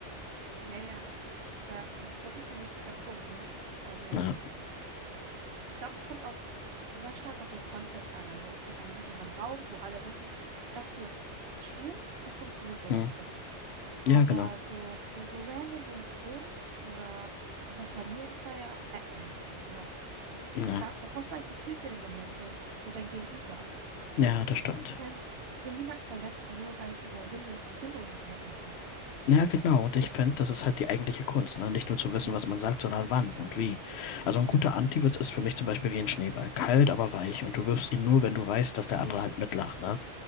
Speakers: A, on the right (about 60°); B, on the left (about 70°).
A: Ja, ja. Da, das ist wirklich ein wichtiger Punkt, ne? Also,
B: Na,
A: ich glaube, es kommt auch sehr stark auf den Kontext an. Also in einem sicheren Raum, wo alle wissen, das hier ist Spiel, da funktioniert sowas
B: hm.
A: vielleicht. Aber
B: Ja, genau.
A: so, so, so random im Bus oder auf einer Familienfeier, äh, äh, no.
B: Na,
A: Da, da brauchst du ein Gefühl für den Moment und für dein Gegenüber.
B: ja, das stimmt.
A: Ich meine, ich will niemanden verletzen, nur weil ich über Sinnl Sinnlosigkeit lache.
B: Ja, genau. Und ich finde, das ist halt die eigentliche Kunst, ne? Nicht nur zu wissen,
A: Mhm.
B: was man sagt, sondern wann und wie. Also ein
A: Ja.
B: guter Antiwitz ist für mich zum Beispiel wie ein Schneeball. Kalt, aber weich. Und du wirfst ihn nur, wenn du weißt, dass der andere halt mitlacht, ne?